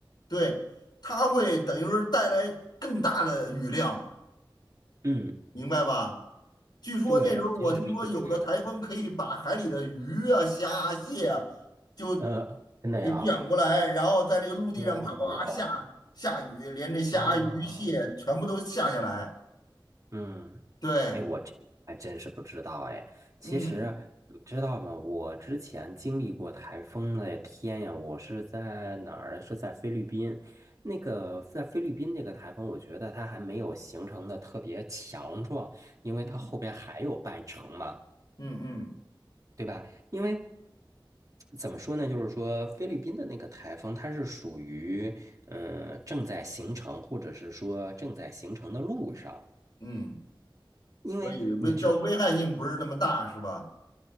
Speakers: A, on the left (about 55°); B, on the right (about 40°).
A: 对，它会等于是带来更大的雨量。
B: 嗯。
A: 明白吧？据说那时候我听说有的台风可以把海里的鱼啊、
B: 对，其实是这个样子。
A: 虾啊蟹啊就
B: 呃，真的呀？
A: 给卷过来，
B: 哦
A: 然后在这个陆地上啪啪啪下下雨，
B: 哦
A: 连这虾、
B: 哦，
A: 鱼、蟹全部都下下来。
B: 啊，嗯，
A: 对，
B: 哎，我这还真是不知道哎。其实你知道吗？
A: 嗯
B: 我之前经历过台风的天呀，我是在哪儿？是在菲律宾。那个在菲律宾那个台风，我觉得它还没有形成的特别强壮，因为它后边还有半程嘛。
A: 嗯嗯嗯
B: 对吧？因为怎么说呢，就是说菲律宾的那个台风，它是属于嗯呃正在形成，或者是说正在形成的路上。
A: 嗯，
B: 因为你
A: 所以危这危害性不是那么大，是吧？